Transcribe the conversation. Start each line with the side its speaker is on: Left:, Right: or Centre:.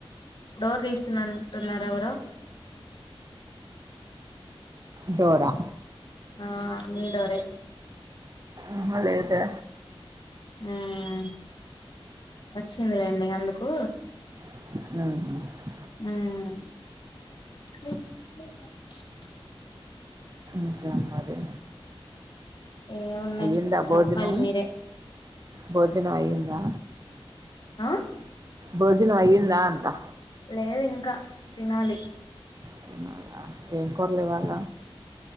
Left: డోర్ తీస్తున్నన్ టున్నారు ఎవరో
Right: డోరా
Left: ఆ మీ డోరే
Right: మ్ హా లేదే
Left: మ్మ్ వచ్చిందిలేండి ఇగ అందుకు
Right: ఊహూ
Left: మ్మ్
Right: ఇంకా మరి
Left: ఏమున్నాయి
Right: అయ్యిందా
Left: చెప్పాలి
Right: భోజనం
Left: మీరే
Right: భోజనం అయ్యిందా
Left: ఆ
Right: భోజనం అయ్యిందా అంటా
Left: లేదు ఇంకా తినాలి
Right: తినాలా ఏం కురలు ఇవాళ